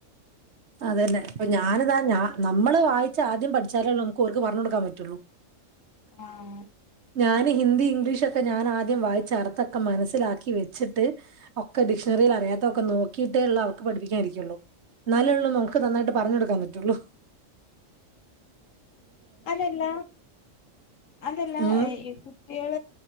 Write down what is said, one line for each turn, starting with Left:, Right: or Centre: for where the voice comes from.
Right: അതന്നെ അപ്പൊ ഞാനിതാ ഞാൻ നമ്മൾ വായിച്ച്. ആദ്യം പഠിച്ചാലേ നമുക്ക് ഓർക്ക് പറഞ്ഞ് കൊടുക്കാൻ പറ്റുള്ളൂ
Left: ആഹ
Right: ഞാന് ഹിന്ദി ഇംഗ്ലീഷൊക്കെ ഞാൻ ആദ്യം വായിച്ചർത്തൊക്കെ മനസ്സിലാക്കി വെച്ചിട്ട് ഒക്കെ ഡിക്ഷണറിയിൽ അറിയാത്തതക്കെ നോക്കിട്ട ഉള്ള അവർക്ക് പഠിപ്പിക്കായിരിക്കയുള്ളു ന്നാലൊള്ളു നമുക്ക് നന്നായിട്ട് പറഞ്ഞ കൊടുക്കാൻ പറ്റുള്ളു
Left: അതെല്ല അതല്ല
Right: ഉം.
Left: കുട്ടിയോൾ